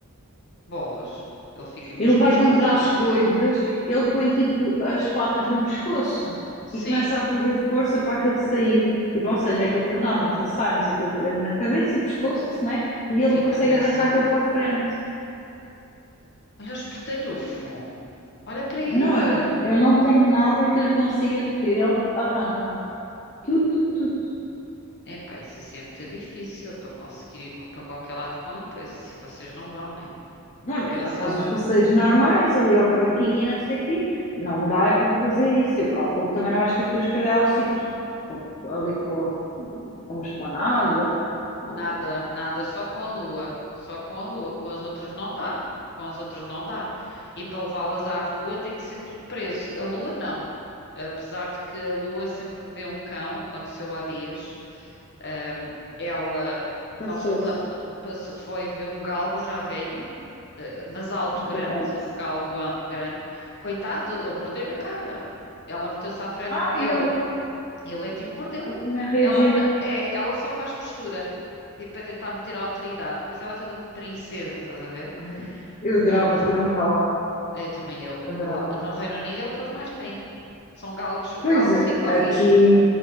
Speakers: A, on the left (about 50°); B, on the left (about 35°).
A: bolas. Ele fica mesmo
B: Ele vai
A: desconfortável.
B: contra as coisas, ele põe tipo as patas no pescoço
A: Sim,
B: e começa a fazer força para aquele sair. Tipo, ou seja, aquilo por norma, nós saímos, aquilo prende na cabeça, pescoço, né? E
A: fica
B: ele consegue
A: preso,
B: arrancar
A: sim.
B: aquilo para a frente.
A: Olha o espertalhufo. Olha para ele.
B: Não, eu não tenho nada que eu lhe consiga meter, ele arranca. Tudo, tudo, tudo.
A: Epá, isso assim é muito difícil para conseguir ir co- para qualquer lado com ele, pois assim vocês não vão, né?
B: Não,
A: É Impensável.
B: mas não faz os passeios normais ali ao parquinho e não sei o quê. Não dá é para fazer isso. Eu calculo que também não vais com as tuas cadelas tipo pa- ali para, o- para uma esplanada. Ou...
A: Nada, nada, só com a lua. Só com a lua. Com as outras não dá. Com as outras não dá. E para levá-las à rua tem que ser tudo preso. A lua não. Apesar de que a lua sempre que vê um cão, aconteceu há dias, ahm, ela, nós
B: Passou-se.
A: soltámos-la, passou- foi ver um galgo já velho. mas alto,
B: Ah,
A: grande,
B: coitado.
A: um galgo a- grande. Coitado, ele mordeu-lhe a cara. Ela meteu-se à frente
B: Ah,
A: dele,
B: ele,
A: ele é que lhe mordeu.
B: ele também reagiu.
A: Ela na- é, ela só faz postura, tipo para tentar meter a autoridade. Pois ela é toda de princesa, estás a ver?
B: Ai, eu adorava
A: Ah,
B: ter um galgo.
A: eu também eu.
B: Adorava.
A: Lá- no Reino Unido é o que eles mais têm. São galgos, galgos
B: Pois,
A: e corgis.
B: aqui,